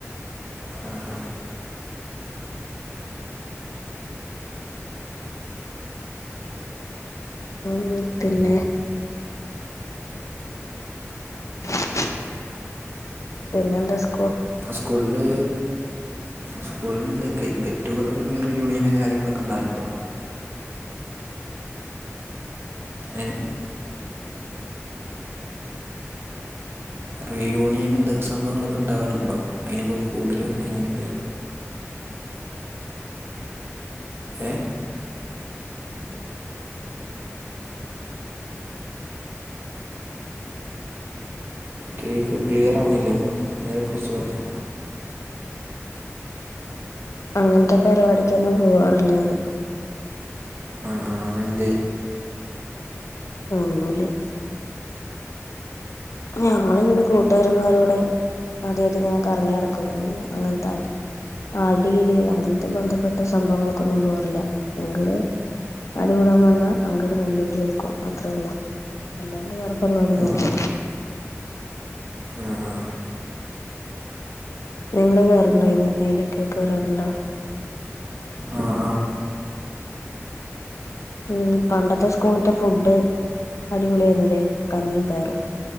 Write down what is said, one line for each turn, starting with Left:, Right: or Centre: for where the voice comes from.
Right: ആഹ്
Left: ഉം പിന്നെ <inaudible> പിന്നെന്താ സ്
Right: സ്കൂൾ ള്ള് സ്കൂൾന്ന് ന്തൊക്കെ ഗെറ്റ് കതറും റീയൂണിയനും കാര്യങ്ങളൊക്കെ ണ്ടാവൽണ്ടോ ഏഹ്
Left: എന്താ
Right: റീ യൂണിയനും ദ സംഭവങ്ങളൊക്കെ ണ്ടാവാറ് ണ്ടോ അയിനൊക്കെ കൂടല് എങ്ങനെക്കെ
Left: രസ്സേല്യാ
Right: ഏ
Left: റീയൂണിയൻന്ന് പറയുമ്പോ ഞാനങ്ങൻത്തെ പര്പാടിക്കൊന്നും പോവാറ്ല്ല
Right: കേക്ക്‌ ക്ലിയറാവണ്ല്ല ഒന്ന് നേരെ പുട്ച്ച് പറയ്
Left: അങ്ങൻത്തെ പര്പാടിക്കൊന്നും പോവാറില്ലാന്ന്
Right: ആഹ് ആഹ് എന്തേ
Left: ഒന്നൂല്ല ഞങ്ങള്ങ്ങനെ കൂട്ട്കാര്മ്മാരൂടെ അതെയ്ത്ങ്ങനെ കറങ്ങ്യടക്കും ഞങ്ങളീ അങ്ങൻത്തടി അടി ഇടി അങ്ങൻത്തെ ബന്ധപ്പെട്ട സംഭവങ്ങൾക്കൊന്നും പോവാറ്ല്ല ങ്ക്ട് അടികൂടാൻ വന്നാ അങ്ക്ട് നല്ല ഇടി കൊടുക്കും അത്രെള്ളു അല്ലാണ്ട് വേറെ പര്പാടിയൊന്നൂല്ല
Right: ആ ആഹ്
Left: നിങ്ങള് കേറ്ൺണ്ടൊയ്ന് അയ്ലൊക്കെ കേറാറ്ണ്ടോ
Right: ആഹ് ആഹ്
Left: ഉം പണ്ടത്തെ സ്കൂള്ത്തെ ഫുഡ് അടിപൊളിയാര്ന്ന്ല്ലേ കഞ്ഞീം പയറും